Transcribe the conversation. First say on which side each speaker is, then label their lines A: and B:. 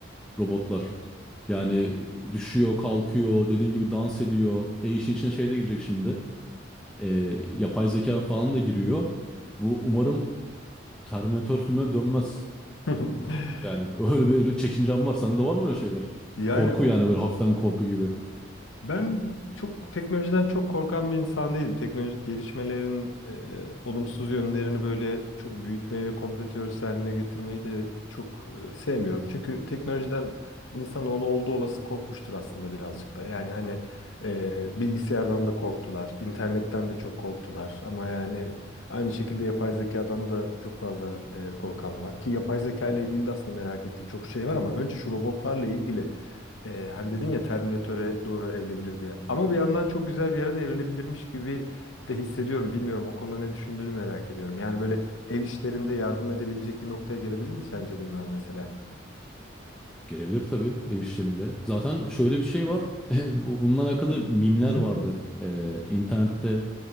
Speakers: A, in the centre; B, on the left (about 80°).
A: robotlar. Yani e, düşüyor, kalkıyor, dediğin gibi dans ediyor. E işin içine şey de girecek şimdi. E, yapay zeka falan da giriyor. Bu umarım Terminator filmine dönmez.
B: <laughs>
A: Yani <laughs> öyle bir çekincem var. Sende de var mı öyle şeyler?
B: Yani
A: Korku
B: o,
A: yani böyle hafiften bir korku gibi.
B: ben çok teknolojiden çok korkan bir insan değilim. Teknolojik gelişmelerin e, olumsuz yönlerini böyle çok büyütmeyi ve komplo teorisi haline getirmeyi de çok e, sevmiyorum. Çünkü teknolojiden insanoğlu olduğu olası korkmuştur aslında birazcık da. Yani hani e, bilgisayardan da korktular, internetten de çok korktular. Ama yani aynı şekilde yapay zekadan da çok fazla e, korkan var. Ki yapay zeka ile ilgili de aslında merak ettiğim çok şey var ama önce şu robotlarla ilgili. Ee, hani dedin ya Terminator'e doğru evrilebilir diye. Ama bir yandan çok güzel bir yere de evrilebilirmiş gibi de hissediyorum. Bilmiyorum o konuda ne düşündüğünü merak ediyorum. Yani böyle ev işlerinde yardım edebilecek bir noktaya gelebilir mi sence bunlar mesela?
A: Gelebilir tabii ev işlerinde. Zaten şöyle bir şey var. <laughs> Bu- Bununla alakalı mimler
B: <clears throat>
A: vardı. E, internette